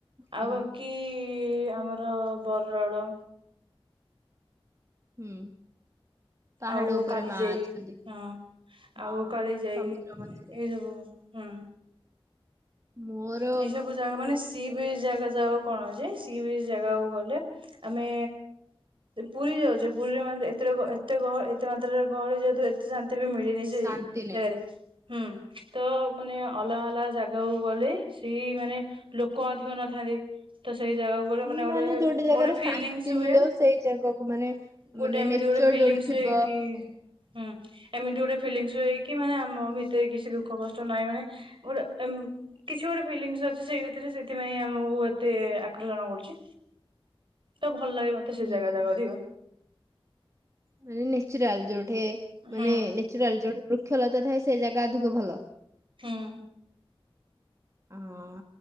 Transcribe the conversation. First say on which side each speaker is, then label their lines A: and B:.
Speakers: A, on the right; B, on the right.
A: ହୁଁ
B: ଆଉ ବାକି ଇ ଆମର ବରଡ଼ଳ
A: ହୁଁ ପାହାଡ
B: ଆଉ
A: ଉପରେ
B: କାଳି
A: ମା
B: ଯାଇ
A: ଅଛନ୍ତି
B: ହଁ
A: ହଁ
B: ଆଉ କାଳି ଯାଇ
A: ସମୁଦ୍ର
B: ଏ
A: ମଝିରେ
B: ସବୁ ହୁଁ
A: ମୋର
B: ଏଇ ସବୁ ଜାଗା ମାନେ ସିଏ ବି ଜାଗା ଯାଉ କଣ ଯେ ସିଏ ବିଚ୍ ଜାଗାକୁ ଗଲେ ଆମେ ପୁରୀ ଯାଉଛେ ପୁରୀରେ ମ ଏତେ ଏତେହ ଏତେ ମାତ୍ରାରେ ଗହଳି ଯେହେତୁ ଏତେ ଶାନ୍ତି ତେଵେ ମିଳିନି ସେ
A: ଶାନ୍ତି
B: ଜାଗା ରେ ହୁଁ ତ ମାନେ ଅଲଗ ଅଲଗ ଜାଗାକୁ। ଗଲେ ସେ ମାନେ ଲୋକ ଅଧିକ ନଥାନ୍ତି ତ ସେ ଜାଗା ଗ
A: ନାହିଁ
B: ମାନେ ଗୋ
A: ଯୋଉଟା ଜାଗାରେ
B: ଗୋଟେ ଫ
A: ଶାନ୍ତି
B: ହୁଏ
A: ମିଳିବ ସେଇ ଜାଗାକୁ ମାନେ
B: ଗୋଟେମିତି
A: ମାନେ ନେଚର
B: ଗୋଟେ ଫ ହୁଏ
A: ଯୋଉଠି ଥିବ
B: କିମି ଗୋଟେ ଫିଲିଂଶ ମାନେ ଆମ ଭିତରେ କିଛି ଦୁଃଖ କଷ୍ଟ ନହିଁ ମାନେ ଗୋଟେ। କିଛି ଗୋଟେ ଫିଲଙ୍ଗସ ଅଛି ସେଇ ଭିତରେ ସେଥିପାଇଁ ଆମକୁ ଏତେ ଆକର୍ଷଣ କରୁଛି ତ। ଭଲ ଲାଗେ ମତେ ସେ
A: ହୁଁ
B: ଜାଗା ଜାଗା ଅଧିକ
A: ମାନେ ନେଟୁରଲ ଯୋଉଟା। ମା
B: ହୁଁ
A: ମାନେ ନେଚୁରାଲ ଯୋ ଖେଳତ ଥାଏ ସେ ଜାଗା ଅଧିକ ଭଲ।
B: ହଁ
A: ହଁ